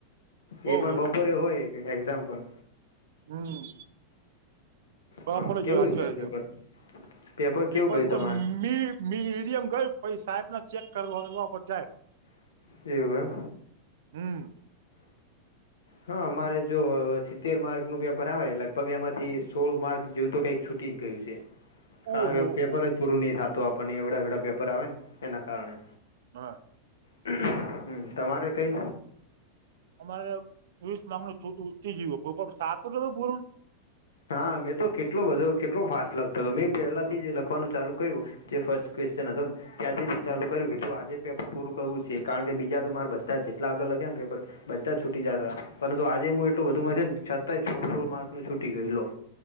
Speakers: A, on the right (about 55°); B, on the left (about 65°).
A: બઉ
B: એ પણ બપોરે હોય એક્ઝામ પણ
A: હમ્મ બપોરે
B: હા
A: જ
B: કેવું
A: હોય હાચી
B: ગયું
A: <unintelligible>
B: પેપર
A: જ
B: પેપર કેવું
A: એ પણ
B: ગયું
A: તો
B: તમારે
A: મી મીડીએમ ગયું પછી સાહેબ ના ચેક કરવા કરવા પર જાય.
B: એવું એમ
A: હમ્મ
B: હા અમારે જો સિત્તેર માર્કનું પેપર આવે લગભગ એમાંથી સોળ માર્ક જેવું તો કઈક છુ ટી જ ગયું છે. કારણ
A: ઓહો
B: કે પેપર
A: હો
B: જ પૂરું નહી થાતું આપણને એવડા એવડા પેપર આવે ને એના કારણે
A: હ
B: હમ્મ તમારે કઈ
A: અમારે તીસ માર્ક છૂ ઉટી જ્યું હ <unintelligible> પણ થાતું નાતુ પૂરું
B: હા મેં તો કેટલો બધો કેટલો ફાસ્ટ લખતો તો મેં પહેલાથી જે લખવાનું ચાલુ કયુ જે ફર્સ્ટ ક્વેશચન હતો ત્યાંથી જ
A: પણ
B: ચાલુ કર્યું કીધું આજે પેપર પૂરું કરવું છે કારણ કે બીજા તો મારે બધા જેટલા આગળ લખ્યા ન પેપર બધા છૂટી જાતા તા પરંતુ આજે હું એટલો બધુ મથ્યો ને છતાંય સોળ સોળ માર્ક નું છૂટી ગયું લો.